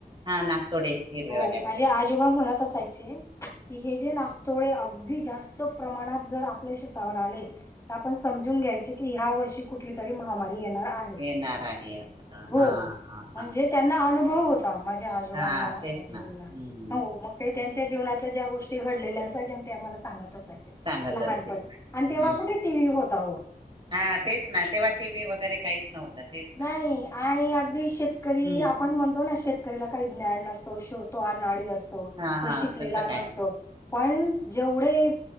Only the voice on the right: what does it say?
हा नागतोडे हिरवेवाले
आपले
ते
येणार आहे असं
हा
हा.
हा तेच
ना हम्म
सांगत
असतील
हम्म
हा तेच ना तेव्हा टी व्ही वगैरे काहीच नव्हतं तेच ना.
हम्म
हा
हा
तसं काय
ना